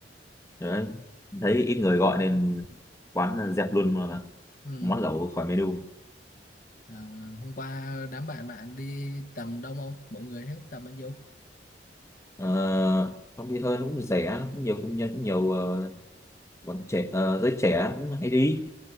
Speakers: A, on the left; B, on the left.
A: đấy thấy ít người gọi nên quán dẹp luôn ờ,
B: Ừ.
A: món lẩu khỏi menu
B: À, hôm qua đám bạn bạn đi tầm đông không? Mọi người hết tầm bao nhiêu?
A: ờ, không đi hơn cũng rẻ cũng nhiều cũng nhân cũng nhiều ờ, bọn trẻ ờ, giới trẻ cũng hay đi